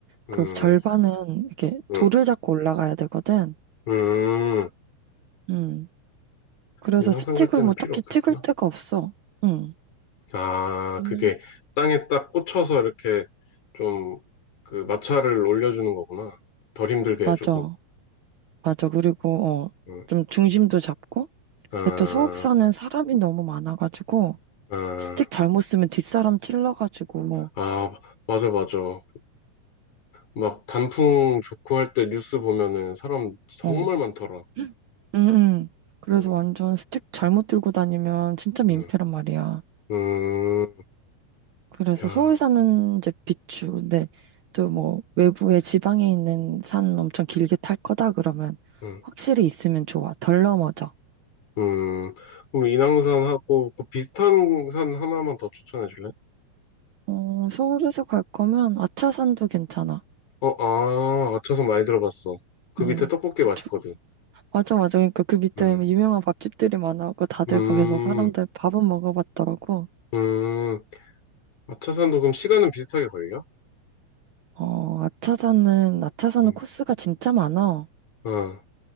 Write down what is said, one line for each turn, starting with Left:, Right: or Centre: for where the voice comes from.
Left: 응,
Right: 그 절반은 이렇게
Left: 응,
Right: 돌을 잡고 올라가야 되거든.
Left: 응,
Right: 음. 그래서
Left: 인왕산
Right: 스틱으로
Left: 갈 때는
Right: 뭐
Left: 필요
Right: 딱히
Left: 없겠구나.
Right: 찍을 데가 없어. 음.
Left: 아,
Right: 그냥
Left: 그게 땅에 딱 꽂혀서 이렇게 좀 그 마찰을 올려주는 거구나. 덜 힘들게 해주고.
Right: 맞아. 맞아. 그리고, 어,
Left: 응,
Right: 좀 중심도 잡고.
Left: 아,
Right: 근데 또 서울 사는 사람이 너무 많아가지고,
Left: 아.
Right: 스틱 잘못 쓰면 뒷사람 찔러가지고,
Left: 아, 맞아, 맞아. 막, 막 단풍 좋고 할 때 뉴스 보면은 사람 정말
Right: 어.
Left: 많더라.
Right: <gasps> 응, 응. 그래서
Left: 응,
Right: 완전 스틱 잘못 들고 다니면 진짜 민폐란
Left: 응,
Right: 말이야.
Left: 음,
Right: 그래서
Left: 야,
Right: 서울 사는 이제 비추. 근데 또 뭐, 외부에 지방에 있는 산 엄청 길게 탈 거다 그러면
Left: 응,
Right: 확실히 있으면 좋아. 덜 넘어져.
Left: 음. 그럼 인왕산하고 그 비슷한 산 하나만 더 추천해 줄래?
Right: 어, 서울에서 갈 거면 아차산도 괜찮아.
Left: 어, 아, 아차산 많이 들어봤어. 그
Right: 응.
Left: 밑에 떡볶이
Right: 그쵸.
Left: 맛있거든.
Right: 맞아, 맞아. 그러니까 그 밑에
Left: 응,
Right: 유명한 밥집들이 많아갖고 다들
Left: 음,
Right: 거기서 사람들 밥은 먹어봤더라고.
Left: 음. 아차산도 그럼 시간은 비슷하게 걸려?
Right: 어, 아차산은, 아차산은
Left: 응,
Right: 코스가 진짜 많아.
Left: 어,